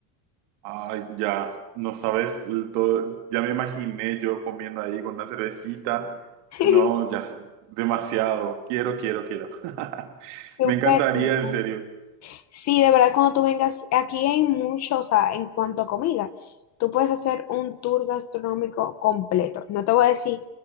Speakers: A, on the right; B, on the left.
A: Ay, ya. No sabes el todo. Ya me imaginé yo comiendo ahí con una cervecita.
B: <laughs>
A: No, ya sé. Demasiado. Quiero, quiero, quiero. <laughs>
B: Súper
A: Me encantaría,
B: rico.
A: en serio.
B: Sí, de verdad, cuando tú vengas, aquí hay mucho, o sea, en cuanto a comida, tú puedes hacer un tour gastronómico completo. No te voy a decir